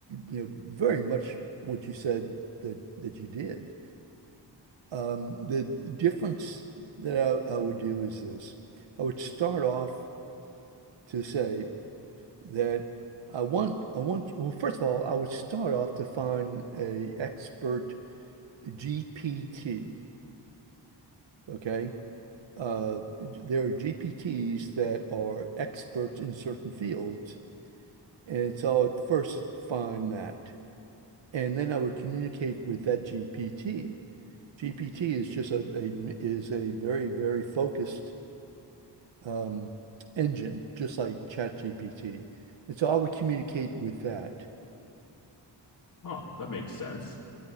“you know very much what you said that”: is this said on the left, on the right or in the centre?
Right